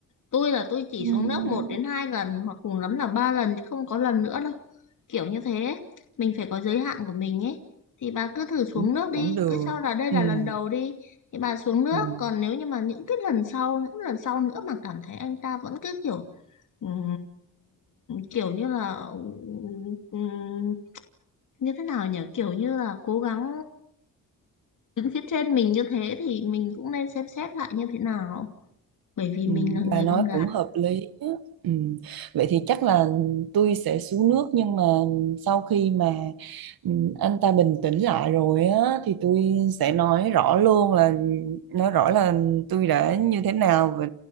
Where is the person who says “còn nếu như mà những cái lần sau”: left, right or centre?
Left